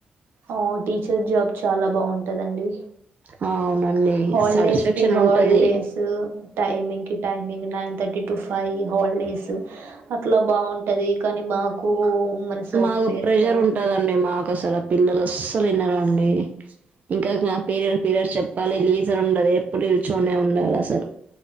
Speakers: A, on the right; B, on the right.
A: ఆ టీచర్ జాబ్ చాలా బాగుంటదండి..
B: అవునండి
A: హాలిడేస్కి
B: సాటిస్ఫాక్షన్
A: హాలిడేస్
B: ఉంటది
A: టైమింగ్కి టైమి ఇంగ్ nine thirty to five holidays అట్లా బాగుంటది కానీ మాకు మన సాఫ్ట్వేర్
B: మాకు ప్రెజర్
A: జాబ్
B: ఉంటదండి మాకసల్ ఆ పిల్లలు అస్సలు వినరండి. ఇంకా నా పీరియడ్ పీరియడ్స్ చెప్పాలి లీజర్ ఉండదు ఎప్పుడు నిల్చోనే ఉండాలసలు.